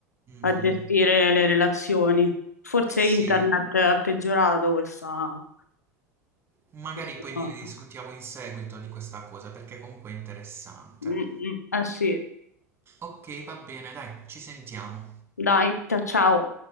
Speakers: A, on the right; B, on the left.
A: Mhm.
B: a gestire le relazioni. Forse
A: Sì,
B: internet ha peggiorato questa,
A: magari
B: questa
A: poi
B: cosa.
A: ne discutiamo in seguito di questa cosa perché comunque è interessante.
B: Mm, mm. Eh sì,
A: Ok, va bene, dai, ci sentiamo.
B: dai, ciao ciao.